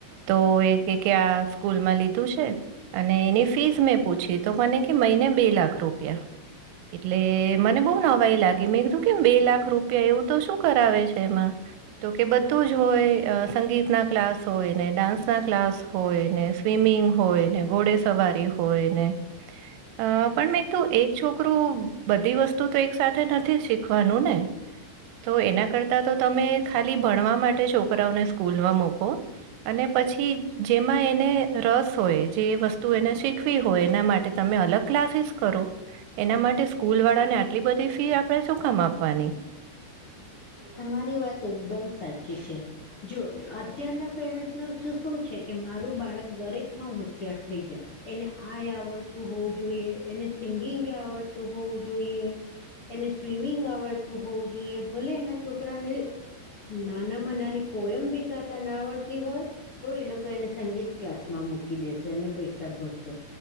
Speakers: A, on the right; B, on the left.
A: તો એક ક્યાં સ્કૂલમાં લીધું છે અને એની ફીસ મેં પૂછી તો મને કે મહિને બે લાખ રૂપ એટલે મને બહુ નવાઈ લાગી મેં કીધું કેમ બે લાખ રૂપિયા એવું તો શું શું કરાવે છે એમાં. તો કે બધું જ હોય સંગીતના ક્લાસ હોય ને ડાન્સના ક્લાસ હોય ને સ્વિમિ મીંગ હોયને ઘોડે સવારી હોય ને અ પણ મેં તું એક છોકરું બધી વસ્તુ તો એક સાથે નથી શીખવાનું ને તો એના કરતા તો તમે ખાલી ભણવા માટે છોકરાઓને સ્કૂલમાં મૂકો અને પછી જેમાં એને રસ હોય જે વસ્તુ એને શીખવી હોય એના માટે તમે મેં અલગ ક્લાસીસ કરો. એના માટે સ્કૂલવાળા ને આટલી બધી ફી આપણે સુકામ આપવાની.
B: તમારી વાત એકદમ સાચી છે. જો અત્યારના પેરેન્ટ્સનુ શું છે કે મારું બાળક દરેક માં હોશિયાર થઈ જાય. એને આય આવડતું હોવું જોઈએ એને સિંગિંગ આવડતું હોવું જોઈએ. એને સ્વિમિંગ આવડતું હોવું જોઈએ ભલે એના છોકરાને નાનામાં નાની પોયમ ભી ગાતા ના આવડતી હોય તો એ લોકો એને સંગીત ક્લાસ માં મૂકી દેશે અને પૈસા ભરસે.